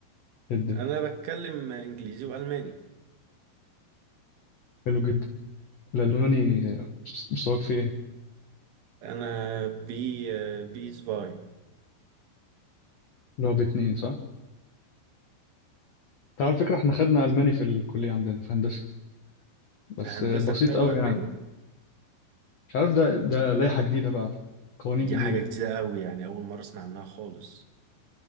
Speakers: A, on the left; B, on the right.
A: إيه الدنيا
B: انا بتكلم انجليزي والماني
A: حلو جدا الألماني مست- مستواك فيه إيه؟
B: انا بي آه، بي سفاي
A: اللي هو باتنين صح؟ أنت على فكرة إحنا خدنا ألماني في الكلية عندنا في هندسة بس
B: في هندسة
A: بسيط
B: بتاخده
A: قوي
B: الماني
A: يعني مش عارف ده ده لائحة جديدة بقى قوانين
B: دي
A: جديدة
B: حاجة جديدة قوي يعني اول مرة اسمع عنها خالص